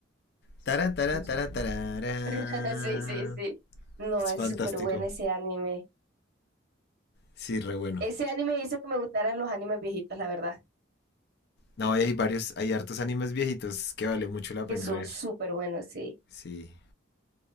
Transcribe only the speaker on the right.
<laughs>
Sí, sí, sí. No,
es
súper bueno ese anime.
Ese anime hizo que me gustaran los animes viejitos, la verdad,
que
son
súper buenos, sí.